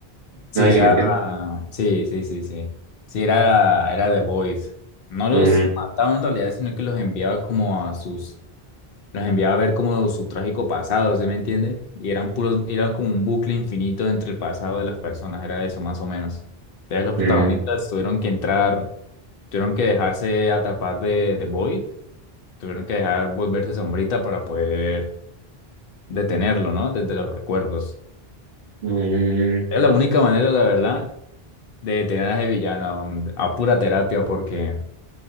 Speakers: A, on the left; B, on the right.
A: sí,
B: No sé si
A: era,
B: me entienden.
A: sí, sí, sí, sí. Sí, era, era The Voice. No
B: Mm,
A: los mataba en realidad, sino que los enviaba como a sus los enviaba a ver como su trágico pasado, ¿se me entiende? Y eran puros, eran como un bucle infinito entre el pasado de las personas, era eso más o menos. Entonces los protagonistas
B: mm,
A: tuvieron que entrar, tuvieron que dejarse atrapar de, de Void, tuvieron que dejar volverse sombrita para poder detenerlo, ¿no? Desde los recuerdos.
B: mm.
A: Era la única manera, la verdad, de detener a ese villano mm, a pura terapia porque